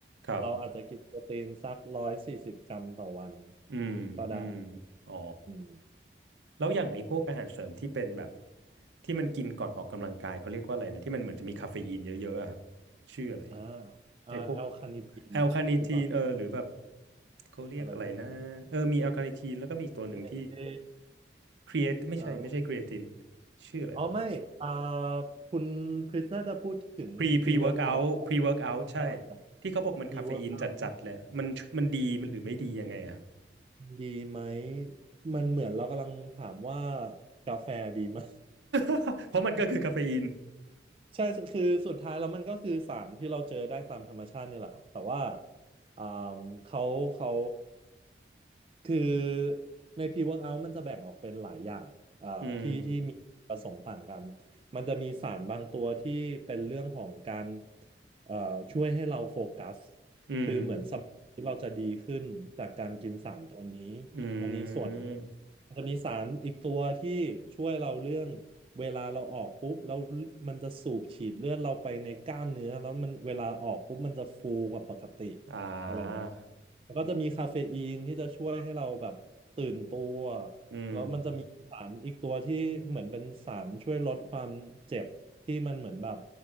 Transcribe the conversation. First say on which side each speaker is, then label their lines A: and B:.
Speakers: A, on the right (about 85°); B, on the right (about 30°).
A: ครับ
B: เราอาจจะกินโปรตีนสักร้อยสี่สิบกรัมต่อวัน
A: อืมอืม
B: ก็ได้
A: อ๋อ
B: อืม
A: แล้วอย่างไอ้พวกอาหารเสริมที่เป็นแบบ
B: อม
A: ที่มันกินก่อนออกกำลังกายเขาเรียกว่าอะไรนะที่มันเหมือนจะมีคาเฟอีนเยอะๆอะครับชื่ออะไร
B: อ่าอ่าแอลคานิทีนหรือเปล่า
A: ไอ้พวกแอลคาเน t ทีนเออหรือแบบเขาเรียกอะไรนะเออมีแอลคาเน
B: อะไรพวกนั้น
A: t ทีนแล้วก็มีอีกตัวหนึ่งที่
B: ยูเอชเอ
A: ครีเอทไม่ใช่ไม่ใช่ครีเอติน
B: อ่า
A: ชื่ออะไรวะ
B: อ๋อไม่อ่าคุณคริสน่าจะพูดถึง
A: พรีพรีเวิร์กเอาท์พรีเวิร์กเอาท์ใช่
B: pre-workout อ่า
A: ที่เขาบอกมันคาเฟอีนจัดๆเลยอะมันมันดีมันหรือไม่ดียังไงอะครับ
B: pre-workout ดีไหมมันเหมือนเรากำลังถามว่ากาแฟดีไหม
A: <laughs> เพราะมันก็คือคาเฟอีน
B: ใช่คือสุดท้ายแล้วมันก็คือสารที่เราเจอได้ตามธรรมชาติเนี่ยแหละครับแต่ว่าอ่าเขาเขาคือใน pre-workout มันจะแบ่งออกเป็นหลายอย่างอ่าที่ที่มีประสงค์ต่างกัน
A: อืม
B: มันจะมีสารบางตัวที่เป็นเรื่องของการเอ่อช่วยให้เราโฟกัส
A: อืม
B: คือเหมือนสมองที่เราจะดีขึ้นจากการกินสารตัวนี้
A: อืม
B: อันนี้ส่วนหนึ่งมันจะมีสารอีกตัวที่ช่วยเราเรื่อง เวลาเราออกปุ๊บแล้วมันจะสูบฉีดเลือดเราไปในกล้ามเนื้อแล้วมันเวลาออกปุ๊บมันจะฟูกว่าปกติ
A: อ่า
B: อะไรอย่างเงี้ยแล้วก็จะมีคาเฟอีนที่จะช่วยให้เราแบบตื่นตัว
A: อืม
B: แล้วมันจะมีสารอีกตัวที่เหมือนเป็นสารช่วยลดความเจ็บที่มันเหมือนแบบ